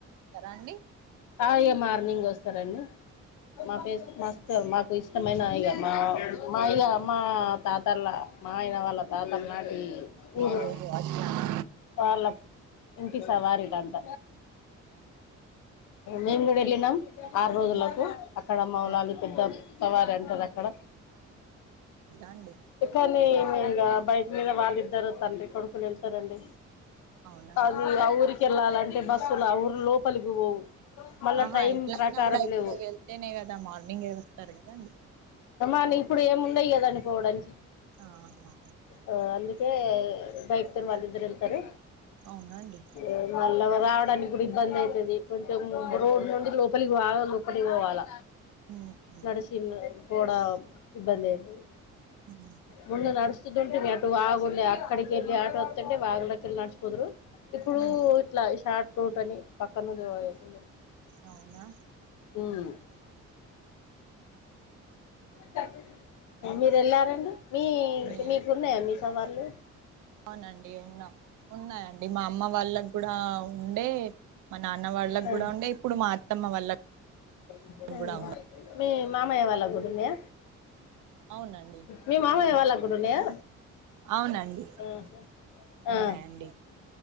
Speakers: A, on the right; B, on the left.
A: సర అండి
B: ఆ ఇగ మార్నింగ్ వస్తారండి మాపే మస్తు మాకు ఇ ఇష్టమనవి ఇగ మా మా ఇగ మా తాతలా మా ఆయన వాళ్ళ తాతలు నాటి ఊరు
A: ఓహో అట్లానా
B: వాళ్ళ ఇంటి సవారిద అంట నేన్ గుడ ఎళ్లినం ఆరు రోజులకు
A: ఉమ్,
B: అక్కడ మౌలాలి
A: అవునా
B: పెద్ద సవారి అంటారు అక్కడ
A: ఆండి
B: కానీ ఇంగ బైక్ మీద వాళ్ళిద్దరు తండ్రి కొడుకులు ఎళ్తారండి
A: అవునా
B: అది
A: అండి
B: ఆ ఊరికేళ్ళాలంటే బస్సులు ఆ ఊరు లోపలికి పోవు మళ్ళా
A: ఆహా
B: టైం
A: ఎట్లాయినా
B: ప్రకారం
A: కూడా ఇప్పుడు
B: లేవు
A: వెళ్తేనే కదా మార్నింగే వస్తారు కదాండి
B: కానీ ఇప్పుడు ఏమిన్నాయి కద అండి పోవడానికి
A: ఆహా
B: అ అందు కే బైక్ తోని వాళ్ళద్దరు వెళ్తారు
A: అవునా అండి
B: ఆ, మళ్ళా రావడానికి కూడా ఇబ్బంది అయితది కొంచెం రోడ్డు నుండి లోపలికి బాగా లోపలికి పోవాల
A: ఉమ్, ఉమ్,
B: నడిచి పోడ ఇబ్బంది అయితది
A: ఉమ్,
B: ముందు నడిసి ఉంటుంది అటు వాగు ఉంది అక్కడికి వెళ్లి అటు వతుంటే వాగులో కెళ్ళి నడుచుపోదురు ఇప్పుడు
A: ఉమ్,
B: ఇట్లా షార్ట్ రూట్ అని పక్క నుండి పోయేకుంది
A: అవునా
B: ఉమ్. తె మీరు వెళ్ళారండి మీ
A: మీ
B: మీకు ఉన్నాయా మీ సవాళ్లు
A: అవునండి ఉన్నాం ఉన్నాయండి మా అమ్మ వాళ్ళకి కూడా ఉండే మా నాన్న వాళ్ళకి
B: ఆ,
A: కూడా ఉండే ఇప్పుడు మా అత్తమ్మ వాళ్ళ
B: ఆ.
A: కూడా ఉం
B: మీ మామయ్య వాళ్ళకి గూడ ఉన్నాయ
A: అవునండి
B: మీ మామయ్య వాళ్ళకి కూడా ఉన్నాయా
A: అవునండి
B: అహ ఆ
A: ఉన్నాయండి